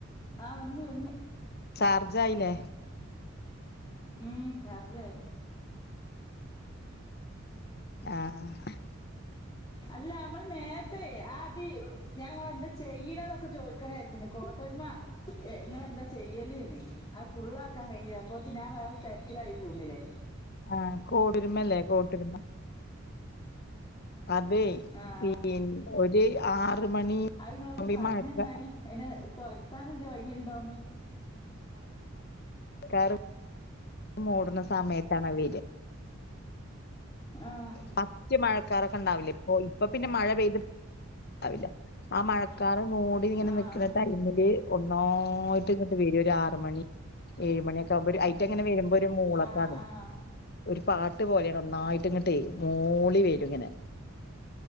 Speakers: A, on the left; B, on the left.
A: ആഹ് വന്ന്, വന്ന്.
B: ചാർജായിലെ?
A: ഉം. ചാർജായി
B: ആഹ് ആഹ്
A: അല്ല അമ്മള് നേരത്തെ ആഹ് തി ഞാ ങ്ങളെ എന്താ ചെയ്യ് ണെന്നൊക്കെ ചോയിക്കണെ യാര്ച്ചിനി. കോട്ടൊര്മ ഏഹ് ങ്ങള് എന്താ ചെയ്യല്ന്ന്. അത് ഫുള്ളാക്കാൻ കഴിഞ്ഞില. അപ്പോത്ത് ഞാ വേറെ തെര്ക്കിലായി പോന്നിലെ.
B: ആഹ് കോടൊരുമല്ലെ. കോട്ടൊരുമ അതേയ്
A: ആഹ്
B: പിന്നെ ഒര് ആറ് മണി
A: അത് ങ്ങളൊന്ന്
B: ആവുമ്പോ
A: പർഞ്ഞെന്നാണി.
B: ഈ മഴക്ക
A: അയിനെ തൊരത്താനെന്തെ വയ്യിണ്ടോന്ന്.
B: ക്കാറ് മൂടുന്ന സമയത്താണ് അത് വെര.
A: ആഹ്
B: ഫസ്റ്റ് മഴക്കാറൊക്കെ ണ്ടാവില്ലെ പ്പൊ ഇപ്പൊ പിന്നെ മഴ പെയ്ത് ആയില്ല. ആ മഴക്കാറ് മൂടി ങ്ങനെ
A: ആഹ്
B: നിക്ക്ണ ടൈമ് ല് ഒന്നായിട്ട് ഇങ്ങട്ട് വരും. ഒരാറ് മണി, ഏഴ് മണിയൊക്കെ ആവ് മ്പൊരു അ.... ച്ചെങ്ങനെ വരുമ്പൊരു മൂളക്കാന്ന്.
A: ആഹ് ആഹ്
B: ഒരു പാട്ട് പോലേണ് ഒന്നായിട്ട് ട്ട്ങ്ങ് ട്ട് മൂളി വരും ങ്ങനെ.